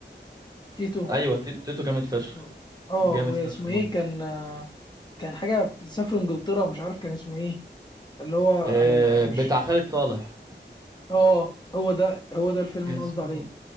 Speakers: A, on the left; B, on the right.
A: تيتو
B: ايوه تي- تيتو جامد فشخ
A: تيتو اه
B: جامد
A: واسمه
B: فشخ
A: ايه
B: برضه
A: كان آه، كان حاجه في- سافر انجلترا مش عارف كان اسمه ايه اللي هو
B: آه
A: ال-
B: بتاع
A: مش
B: خالد صالح
A: اه هو ده هو ده الفيلم
B: كان
A: اللي
B: اسمه
A: قصدي عليه